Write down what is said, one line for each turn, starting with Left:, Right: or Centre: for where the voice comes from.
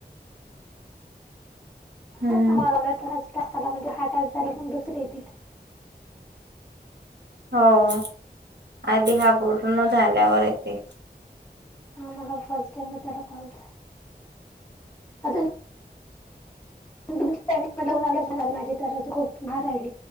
Right: हम्म
Left: हो कामा लावला, तर हा टास्क म्हणजे हा टास्क झाला मग दुसरे येतील.
Right: हो, आधी हा पूर्ण झाल्यावर येते
Left: हा मला फर्स्ट टाईमच आला कॉलचा. आता <unintelligible> माझे तर खूप भार राहिली